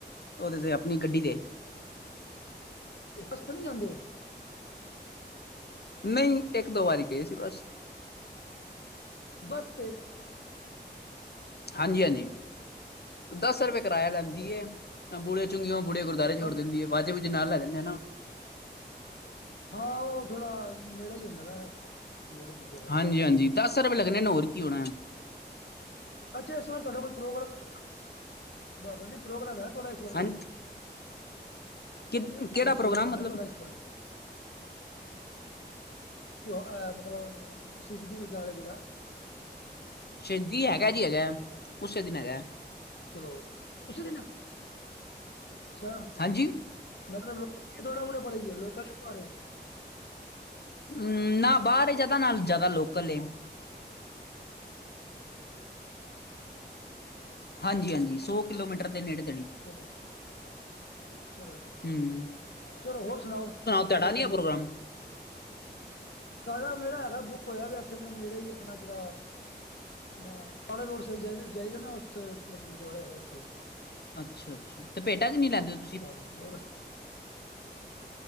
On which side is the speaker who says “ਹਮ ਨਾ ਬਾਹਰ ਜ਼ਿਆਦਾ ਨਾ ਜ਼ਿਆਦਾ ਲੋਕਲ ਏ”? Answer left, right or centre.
Left